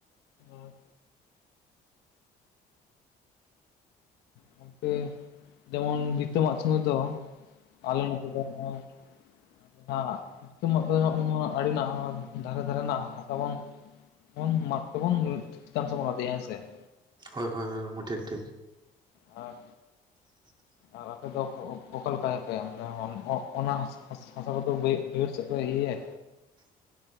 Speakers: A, on the left; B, on the right.
A: ᱟᱨ ᱜᱚᱝᱠᱮ ᱡᱮᱢᱚᱱ ᱵᱷᱤᱛᱟ ᱢᱟᱜ ᱥᱚᱢᱚᱭ ᱫᱚ ᱟᱞᱮ ᱱᱚᱛᱮ ᱫᱚ ᱦᱟᱸᱜ ᱟᱜ ᱫᱚ ᱱᱚᱜᱼᱚᱭ ᱟᱹᱰᱤ ᱱᱟᱜ ᱫᱷᱟᱨᱮ ᱫᱷᱟᱨᱮ ᱨᱮᱱᱟᱜ ᱦᱟᱥᱟ ᱵᱚᱱ ᱚᱱ ᱢᱟᱜ ᱛᱚᱵᱚᱱ ᱪᱮᱛᱟᱱ ᱥᱮᱫ ᱵᱚᱱ ᱞᱟᱫᱮᱭᱟ ᱦᱮᱸ ᱥᱮ ᱾
B: ᱦᱳᱭ, ᱦᱳᱭ, ᱦᱳᱭ ᱴᱷᱤᱠ, ᱴᱷᱤᱠ ᱾
A: ᱟᱨ
B: <inaudible>
A: ᱟᱨ ᱟᱯᱮ ᱫᱚ ᱚᱠᱟ ᱞᱮᱠᱟᱭ ᱯᱮ ᱢᱮ ᱚᱱᱟ ᱦᱟᱥᱟ ᱠᱚᱫᱚ ᱵᱟᱹᱭᱦᱟᱲ ᱥᱮᱫ ᱯᱮ ᱤᱭᱟᱹᱭᱟ
B: <inaudible>